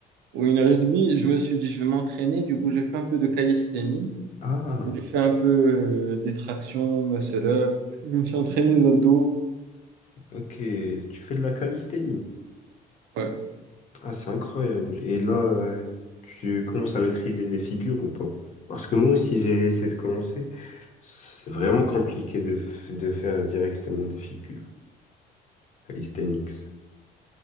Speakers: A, on the right; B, on the left.
A: ou une heure et demie, je me suis dit, je vais m'entraîner. Du coup, j'ai fait un peu de calisthénie.
B: Ah,
A: J'ai fait un peu euh, des tractions, muscle up. Je me suis entraîné les abdos.
B: ok. Tu fais de la calisthénie.
A: Ouais.
B: Ah, c'est incroyable. Et là, euh, tu commences à maîtriser des figures ou pas? Parce que moi aussi, j'ai essayé de commencer. C'est vraiment compliqué de, f- de faire directement des figures. Calisthenics.